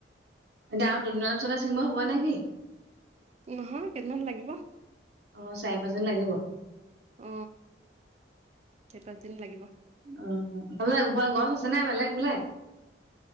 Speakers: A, on the right (about 65°); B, on the right (about 35°).
A: এতিয়া আৰু দুদিনমান পিছতে চিঙিব হবই নেকি?
B: নহয়, কেইদিনমান লাগিব।
A: অ চাৰি পাঁচদিন লাগিব।
B: অ চাৰি পাঁচদিন লাগিব।
A: অ' বলে উপৰে গছ আছেনে বেলেগ বেলেগ?